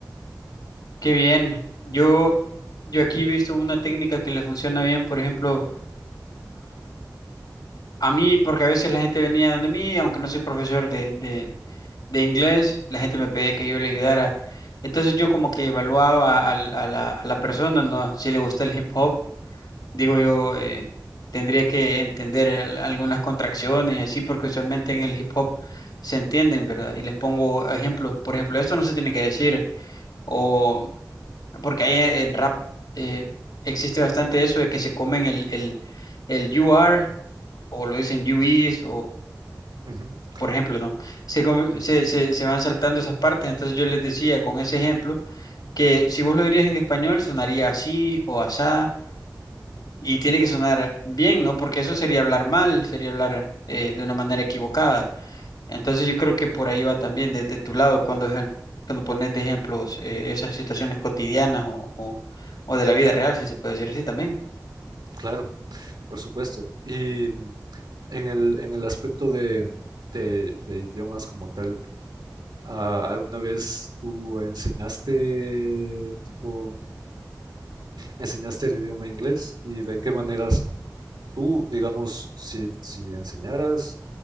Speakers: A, on the left; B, on the right.
A: Qué bien. Yo, yo aquí he visto una técnica que le funciona bien, por ejemplo, A mí, porque a veces la gente venía donde mí, aunque no soy profesor de, de, de inglés, la gente me pedía que yo le ayudara. Entonces yo como que evaluaba al- a, la, a la persona, ¿no? Si le gusta el hip hop,
B: Ujú,
A: digo yo, eh, tendría que entender el- algunas contracciones y así, porque usualmente en el hip hop se entienden, ¿verdad? Y les pongo ejemplos, por ejemplo, esto no se tiene que decir, o porque ahí en rap eh, existe bastante eso de que se comen el, el, el you are, o lo dicen you is,
B: ujú, cla-
A: por ejemplo, ¿no? Se, come- se, se, se van saltando esas partes, entonces yo les decía con ese ejemplo que si vos lo dirías en español sonaría así o asá y tiene que sonar bien, ¿no? Porque eso sería hablar mal, sería hablar eh, de una manera equivocada. Entonces yo creo que por ahí va también desde tu lado cuando, ejem- cuando pones de ejemplos eh, esas situaciones cotidianas o, o, o de la vida real, si se puede decir así también.
B: claro, por supuesto. Y En el, en el aspecto de, de- de idiomas como tal, ah, ¿alguna vez tú enseñaste, tipo, enseñaste el idioma inglés? ¿Y de qué maneras tú, digamos, si, si enseñaras